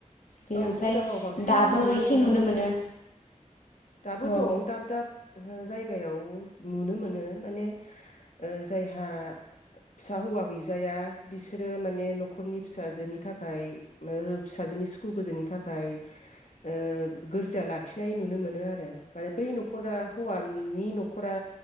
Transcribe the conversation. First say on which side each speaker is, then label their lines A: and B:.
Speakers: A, on the left (about 80°); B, on the left (about 65°).
A: बे
B: औ
A: ओमफ्राय
B: सिगाङाव बांसिन
A: दाबो
B: नुनो
A: एसे
B: मोनोमोन
A: मोनो
B: दाबो
A: औ
B: दं दाब दाब ओ जाय गायाव नुनो मोनो माने ओ जायहा फिसा हौवा गैजाया बिसोरो माने न'खरनि फिसाजोनि थाखाय ओ फिसाजोनि सुखु गोजोननि थाखाय ओ गोरजिया लाखिनाय नुनो मोनो आरो माने बै न'खरा हौवानि न'खरा